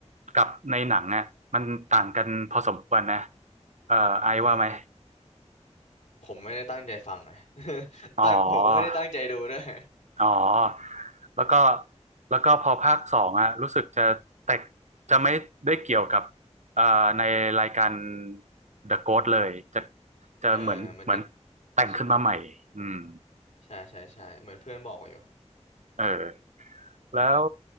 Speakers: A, on the right; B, on the left.
A: กับในหนังอ่ะมันต่างกันพอสมควรนะเอ่อไอซ์ว่าไหม
B: อืมผมไม่ได้ตั้งใจฟังไง <laughs>
A: อ๋อ
B: ตั้งผมก็ไม่ได้ตั้งใจดูด้วย
A: อ๋อแล้วก็แล้วก็พอภาคสองอ่ะรู้สึกจะแตกจะไม่ได้เกี่ยวกับเอ่อในรายการ The Ghost เลยจะจะเหมือนเหมือน
B: เออมันจะ
A: แต่งขึ้นมาใหม่อืม
B: ใช่ใช่ใช่ใช่เหมือนเพื่อนบอกอยู่
A: เออ แล้ว